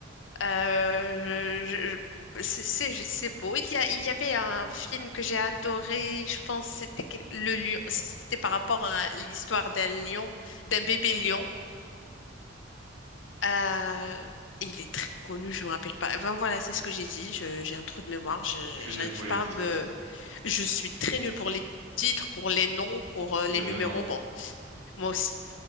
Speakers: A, on the left; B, on the right.
A: Euh, je- je- c'est c'est- je- c'est beau. Il y a, il y avait un film que j'ai adoré. Je pense que c'était quel- le lion. C'était par rapport à l'histoire d'un lion, d'un bébé lion. Euh, il est très connu, je me rappelle pas. Ben voilà, c'est ce que j'ai dit. je- j'ai un trou de mémoire. Je,
B: je suis
A: j'arrive
B: nul pour les
A: pas
B: titres
A: à me.
B: aussi.
A: Je suis très nulle pour les titres, pour les noms, pour euh,
B: De
A: les
B: même,
A: numéros.
B: hein.
A: Bon, moi aussi.